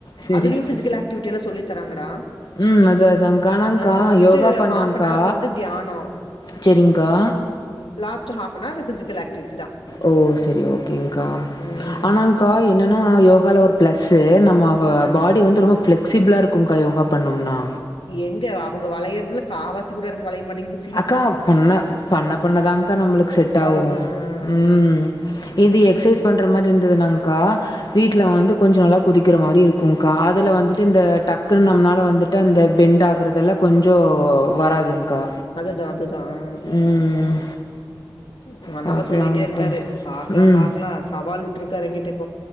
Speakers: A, on the left; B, on the left.
A: செரிக்கா
B: அதுலேயு பிசிகல் ஆக் டுவிடிலா சொல்லி தராங்கடா
A: ம் அது அதான்கா அனான்கா
B: அ ஃபர்ஸ்ட்
A: யோகா பண்ணாங்க்கா
B: அன் ஹவர் வந்து தியானம்.
A: செரிங்க்கா
B: last half an hour physical activity தா
A: ஓ செரி ஓகேங்க்கா
B: ம்.
A: ஆனாங் கா என்னன்னா யோகாவால ஒரு பிளஸ்ஸு நம்ம
B: அ.
A: பாடி வந்து ரொம்ப பிளெக்சிபிளா இருக்கு க்கு கா யோகா பண்ணோம்னா
B: எங்கே அவுங்க வளையறதுல காவாசி கூட எனக்கு வளைய மாட்டிங்குது
A: அக்கா பண்ணா பண்ண பண்ணதான்க்கா நம்மளுக்கு செட்
B: வரு
A: ஆவு
B: ஆ அதுதா
A: ம் இது எக்ஸேஸ்
B: ம்
A: பண்ற மாரி இருந்ததுன்னாங்க்கா வீட்டுல வந்து கொஞ்சோ நல்லா குதிக்கிற மாரி இருக்கும் காதுல வந்துட்டு இந்த டக்குன்னு நம்மனால வந்துட் டு அந்த பெண்ட் ஆகுறதெல்லா கொஞ்சோ வராதுங்க்கா
B: அதுதா அதுதா ஆ
A: ம்
B: உங்க அண்ணா
A: பாக்கலாங்க்கா
B: தா சொல்லிட்டே இருந்தாரு பாக்கலா
A: ம்
B: பாக்கலா சவால் உட்டுருக்காரு எங்கிட்ட இப்போ